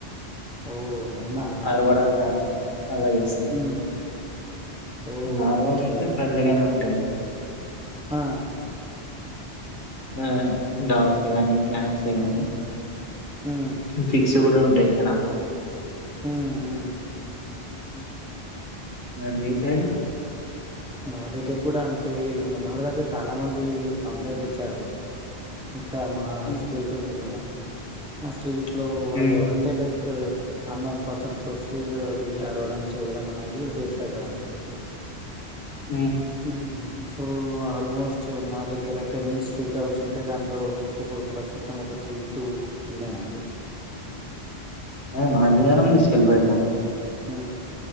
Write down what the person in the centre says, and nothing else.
ఓ అవునా
మ్మ్ ఓ
ఓకే
ఆ
మ్మ్
ఊ ఉ
మా దగ్గర కూడ అంతే మోన్న డ్దాక చాలా మంది కంప్లైంట్ ఇచ్చారు ఇక్కడ మా
స్ట్రీట్ ఉంది కదా నస్ స్ట్రీట్లో వాళ్ళు
అంటే లైక్ అన్నోన్ పర్సన్స్ వస్తే అది అరవడం చేయడం అనేది చేస్తారు కదా
హుమ్ సో ఆల్మోస్ట్ మా దగ్గర టెన్ స్ట్రీట్ అవుట్స్ ఉంటె దాంట్లో ఇప్పుడు ప్రస్తుతం ఒక త్రీ టూ ఉన్నాయి అంతే
ఉ